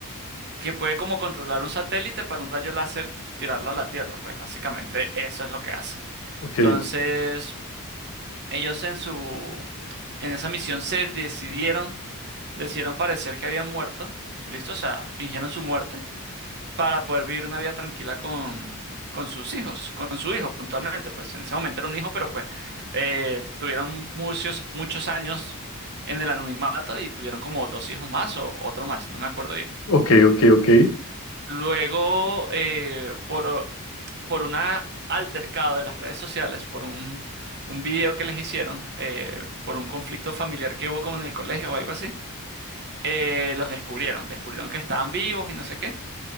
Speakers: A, on the right; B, on the left.
A: que puede como controlar un satélite para un rayo láser tirarlo a la Tierra, pues básicamente eso es lo que hace.
B: Ok,
A: Entonces, ellos en su en esa misión se decidieron, decidieron parecer que habían muerto, ¿listo? O sea, fingieron su muerte para poder vivir una vida tranquila con con sus hijos, con su hijo puntualmente, pues en ese momento era un hijo, pero pues eh, tuvieron muchos muchos años en el anonimato y tuvieron como dos hijos más o otro más, no me acuerdo bien.
B: ok, ok, ok.
A: Luego, eh, por, por un altercado de las redes sociales, por un, un video que les hicieron, eh, por un conflicto familiar que hubo como en el colegio o algo así, eh, los descubrieron, descubrieron que estaban vivos y no sé qué.